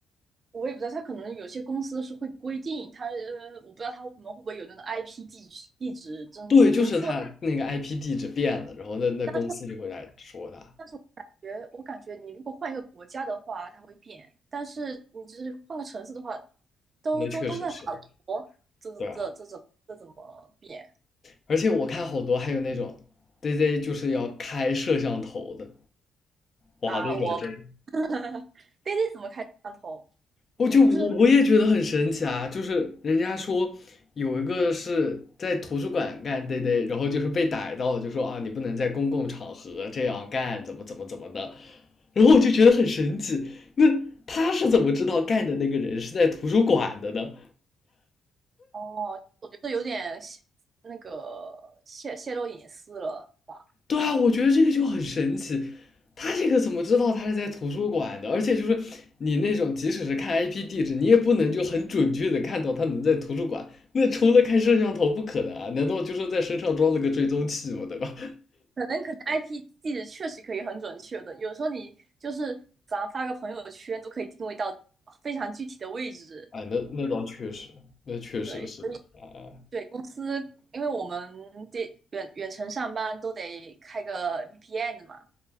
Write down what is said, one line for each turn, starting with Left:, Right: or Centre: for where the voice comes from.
Right: 我也不知道，他可能有些公司是会规定，他呃我不知道他们会不会有那个 IP 地址地址侦侦测，
Left: 对，就是他那个 IP 地址变了，然后那那公司就会来说他，
Right: 但是。但是我感觉，我感觉你如果换一个国家的话，它会变；但是你只是换个城市的话，都都都在法国，
Left: 那确实是，
Right: 这这这这怎这怎么变
Left: 对啊，而且我看好多还有那种对 z 就是要开摄像头的，哇，
Right: 啊？
Left: 那种真的，
Right: 我们 <laughs> d a 怎么开摄像头？
Left: 我就我我也觉得很神奇啊，
Right: 你不是
Left: 就是人家说有一个是在图书馆干对 z 然后就是被逮到了就说啊你不能在公共场合这样干，怎么怎么怎么的，然后我就觉得很神奇，那他是怎么知道干的那个人是在图书馆的呢？
Right: 哦？我觉得有点泄那个泄泄露隐私了吧？
Left: 对啊，我觉得这个就很神奇，他这个怎么知道他是在图书馆的？而且就是你那种即使是看 IP 地址，你也不能就很准确的看到他能在图书馆。那除了开摄像头，不可能啊！难道就是在身上装了个追踪器吗？对吧？
Right: 可能可能 IP 地址确实可以很准确的，有时候你就是咱发个朋友圈都可以定位到非常具体的位置。
Left: 哎，那那倒确实，那确实是啊
Right: 对，对，公司，因为我们得远远程上班都得开个 VPN 的嘛，